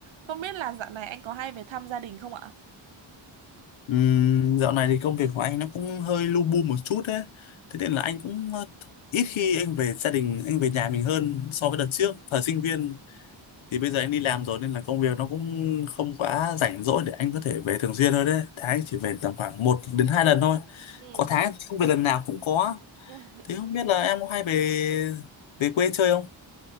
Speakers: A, on the right; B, on the left.
A: Không biết là dạo này anh có hay về thăm gia đình không ạ?
B: Ừm, dạo này thì công việc của anh nó cũng hơi lu bu một chút đấy. Thế nên là anh cũng ờ, ít khi anh về gia đình, anh về nhà mình hơn so với đợt trước. Thời sinh viên thì bây giờ anh đi làm rồi nên là công việc nó cũng không quá rảnh rỗi để anh có thể về thường xuyên thôi đấy. Tháng anh chỉ về tầm khoảng một đến hai lần thôi.
A: Ừ.
B: Có tháng không về lần nào cũng có.
A: <laughs>
B: Thế không biết là em có hay về về quê chơi không?